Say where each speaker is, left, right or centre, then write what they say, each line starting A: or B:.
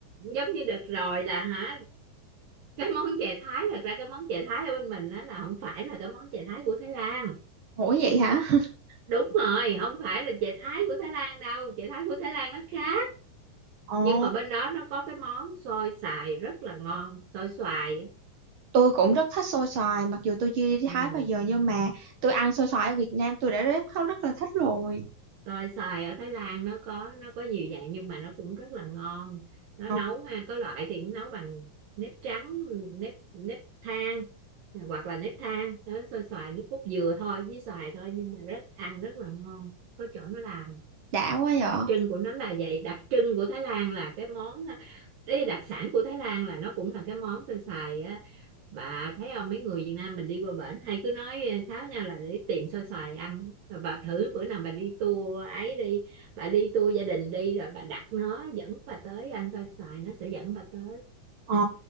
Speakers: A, on the right; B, on the right.
A: giống như đợt rồi là hả cái món chè Thái thật ra cái món chè Thái ở bên mình đó là không phải là cái món chè Thái của Thái Lan
B: Ủa vậy hả? <laughs>
A: đúng rồi không phải là chè Thái của Thái Lan đâu chè Thái của Thái Lan nó khác
B: Ồ,
A: nhưng mà bên đó nó có cái món xôi xoài rất là ngon xôi xoài á.
B: tôi cũng rất thích xôi xoài, mặc dù tôi chưa đi
A: ừ.
B: Thái bao giờ nhưng mà tôi ăn xôi xoài ở Việt Nam tôi đã rất rất là thích rồi.
A: xôi xoài ở Thái Lan nó có nó có nhiều dạng nhưng mà nó cũng rất là ngon nó
B: Ờ,
A: nấu ha có loại thì nó nấu bằng nếp trắng nếp nếp than hoặc là nếp than nó xôi xoài nước cốt dừa thôi với xoài thôi nhưng mà rất ăn rất là ngon có chỗ nó làm
B: đã quá vậy.
A: đặc trưng của nó là vậy đặc trưng của Thái Lan là cái món cái đặc sản của Thái Lan là nó cũng là cái món xôi xoài á bà thấy không mấy người Việt Nam mình đi qua bển hay cứ nói kháo nhau là để tìm xôi xoài ăn rồi bà thử bữa nào bà đi tour ấy đi bà đi tour gia đình đi rồi bà đặt nó dẫn bà tới ăn xôi xoài nó sẽ dẫn bà tới
B: Ờ,